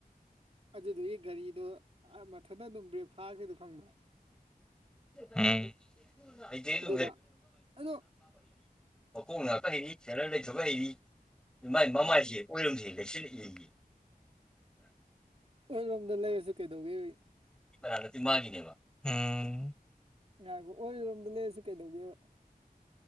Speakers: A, on the right (about 40°); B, in the centre.
A: ꯑꯗꯨꯗꯨꯒꯤ ꯒꯥꯔꯤꯗꯣ ꯃꯊꯟꯇ ꯑꯗꯨꯝ ꯕ꯭ꯔꯦꯛ ꯐꯥꯈꯔꯤꯗꯣ ꯈꯪꯕ꯭ꯔꯥ
B: ꯑꯝ <inaudible>
A: ꯑꯗꯨꯗꯣ ꯑꯗꯣ
B: ꯃꯀꯣꯛ ꯉꯥꯏꯍꯇ ꯍꯩꯔꯤ ꯁꯦꯔꯟ ꯂꯩꯊꯣꯛꯕ ꯍꯩꯔꯤ ꯃꯥꯏ ꯃꯃꯥꯏꯁꯦ ꯑꯣꯏꯔꯝꯁꯦ ꯂꯩꯁꯤꯜꯂꯛ ꯌꯦꯒꯤ <inaudible>
A: ꯑꯣꯏꯔꯣꯝꯗ ꯂꯩꯔꯁꯨ ꯀꯩꯗꯧꯒꯦꯕ
B: ꯅꯠꯇꯤ ꯃꯥꯒꯤꯅꯦꯕ <inaudible> ꯎꯝ
A: ꯉꯥꯏꯕꯣ ꯑꯣꯏꯔꯣꯝꯗ ꯂꯩꯔꯁꯨ ꯀꯩꯗꯧꯒꯦꯕ